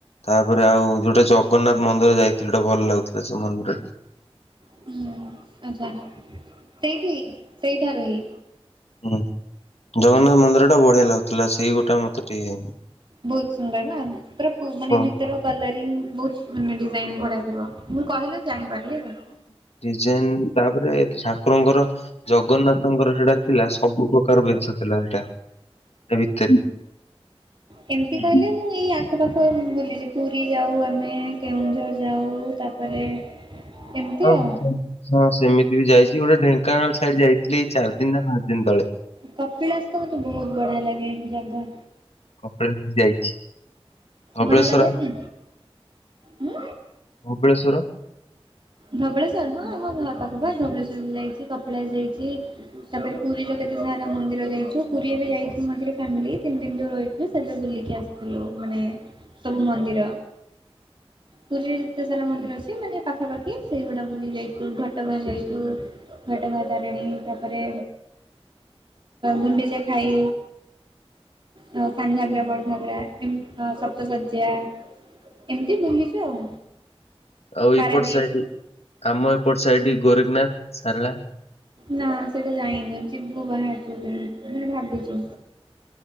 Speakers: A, on the left; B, on the right.
A: ତାପରେ ଆଉ ଯୋଉଟା ଜଗନ୍ନାଥ ମନ୍ଦିର ଯାଇଥିଲି ଯୋଉଟା ଭଲ ଲାଗୁଥିଲା ସେ ମନ୍ଦିର।
B: ହୁଁ ଆଛା ସେଇଠି ସେଇଠା ରେ ହିଁ।
A: ହୁଁ ଜଗନ୍ନାଥ ମନ୍ଦିର ଟା ବଢିଆ ଲାଗୁଥିଲା ସେଇ ଗୋଟା ମତେ ଟିକେ
B: ବହୁତ ସୁନ୍ଦର ନା ମାନେ
A: ହଁ।
B: ଭିତର କଲରିଂ ବହୁତ ମାନେ ଡିଜାଇନ ଭଢିଆ ଥିବ, ମୁଁ କହିଲ ଜାଣିପାରିଲି ଆଉ।
A: ଡିଜାଇନ ତାପରେ ଠାକୁରଙ୍କର ଜଗନ୍ନାଥଙ୍କର ସେଟା ଥିଲା ସବୁ ପ୍ରକାର ବେଶ ଥିଲା ସେଟା। ତା ଭିତରେ।
B: କେମିତି
A: ହୁଁ
B: କହିଲେ? ମୁଁ ଏଇ ଆଖପାଖ ବୁଲିଛି ପୁରୀ ଯାଉ, ଆମେ କେଉଁଝର ଯାଉ, ତାପରେ ଏମିତି
A: ହଁ,
B: ଆଉ
A: ହଁ, ସେମିତି ବି ଯାଇଛି ଗୋଟେ ଢେଙ୍କାନାଳ ସାଇଡ ଯାଇଥିଲି ଏଇ ଚାରି ଦିନ ନା ପାଞ୍ଚ ଦିନ ତଳେ।
B: କପିଳାସ ତ ମତେ ବହୁତ ବଢିଆ ଲାଗେ ଜାଗା।
A: କପିଳାସ ଯାଇଛି, ଧବଳେଶ୍ୱର?
B: ବଢିଆ ଲାଗେନି ଉଁ
A: ଧବଳେଶ୍ୱର
B: ଧବଳେଶ୍ଵର ହଁ ଆମ ଘର ପାଖ, ପା ଧବଳେଶ୍ୱର ବି ଯାଇଛି କପିଳାସ ଯାଇଛି ତାପରେ ପୁରୀର କେତ ତ ସାରା ମନ୍ଦିର ଯାଇଛୁ ପୁରୀ ଏବେ ଯାଇଥିଲୁ ମଝୀରେ ଫ୍ୟାମିଲି ତିନି ଦିନ ଯୋଉ ରହିଥିଲୁ ସେଥି ବୁଲିକି ଆସିଥିଲୁ ମାନେ ସବୁ ମନ୍ଦିର, ପୁରୀରେ ଯେତେ ସାରା ମନ୍ଦିର ଅଛି ମାନେ ପାଖାପାଖି। କି ସେଇଗୁଡା ବୁଲିକ ଯାଇଥିଲୁ, ଘଟଗାଁ ଯାଇଛୁ। ଘଟଗାଁ ତାରିଣୀ, ତାପରେ ଗୁଣ୍ଡିଚା ଖାଇ। ଅ ସାନଘାଗରା, ବଡ଼ଘାଗରା, ଏମ ସପ୍ତସର୍ଯ୍ୟା। ଏମିତି ବୁଲିଛୁ ଆଉ।
A: ଆଉ
B: ପାରାଦୀପ
A: ଏପଟ ସାଇଟ୍ ଆମ ଏପଟ ସାଇଟ୍ ଗୋରଖନାଥ, ସାରଳା।
B: ନା ସେଟା ଯାଇନୁ, ଯିବୁ ବାହାରୁଛୁ କି ମାନେ ଭାବିଛୁ।